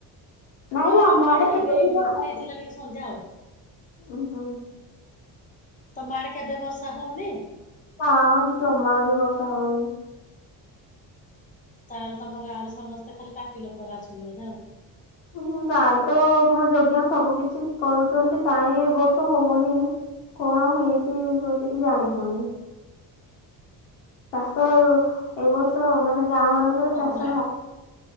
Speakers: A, on the left; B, on the left.
A: ନାଇଁ
B: ନା ଆମ ଆଡେ
A: କେବେ
B: ହେଇନି
A: ବି ବର୍ଷା
B: ଉଠେଇଥିଲା ଟିକେ ସନ୍ଧ୍ୟାଆଳୁ
A: ଉଁ ହୁଁ।
B: ତମଆଡେ କେବେ ବର୍ଷା ହଉନି?
A: ନା ଜମା ବି ବର୍ଷା ହଉନି।
B: ତାହେଲେ ତମ ଗାଁରେ, ସମସ୍ତେ ଖାଲି ପାପି ଲୋକଗୁରା ଅଛନ୍ତି ବୋଧେ ଆଉ
A: ହୁଁ ଗାଁରେ ତ ହୋମ ଯଜ୍ଞ ସବୁ କିଛି କରୁଛନ୍ତି, କାହିଁଁ ଏ ବର୍ଷ ହଉନି କଣ ହେଇଛି ଓ କିଛି ଜାଣି ହଉନି? ଚାଷ ଏ ବର୍ଷ ମାନେ ଗାଁ ମାନଙ୍କରେ
B: ତମ
A: ଚାଷ
B: ଘର
A: ବା
B: ଆଡେ